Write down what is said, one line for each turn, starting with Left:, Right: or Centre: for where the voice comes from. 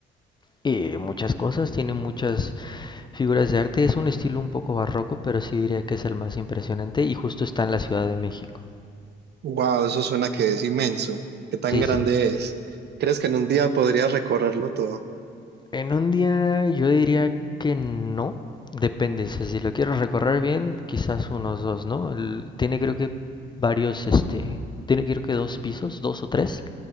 Left: eh, muchas cosas, tiene muchas figuras de arte, es un estilo un poco barroco, pero sí diría que es el más impresionante y justo está en la Ciudad de México.
Right: Wow, eso suena que es inmenso. ¿Qué tan
Left: Sí,
Right: grande
Left: sí.
Right: es? ¿Crees que en un día podría recorrerlo todo?
Left: En un día yo diría que no, depende, o sea, si lo quiero recorrer bien, quizás unos dos, ¿no? El- tiene creo que varios, este, tiene creo que dos pisos, dos o tres,